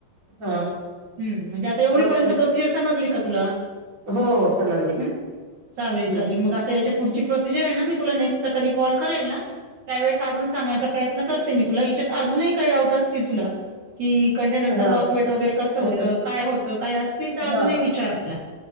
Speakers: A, on the right (about 15°); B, on the right (about 40°).
A: हा
B: हम् म्हणजे आता एवढीपर्यंत
A: मग
B: प्रोसिजर समजली का तुला
A: हो हो समजले
B: हं. चालेल
A: ह
B: चालेल मग आता याच्या पुढची प्रोसिजर आहे ना मी तुला नेक्स्टचा कधी कॉल करेल ना त्यावेळेस अजून सांगायचा प्रयत्न करते मी तुला हच्यात अजूनही काही डाऊट असतील तुला की कंटेनरच
A: हा
B: ग्रॉस वेट वगैरे कसं होतं
A: हा
B: काय होतं काय असतील तर अजूनही
A: हा
B: विचार मला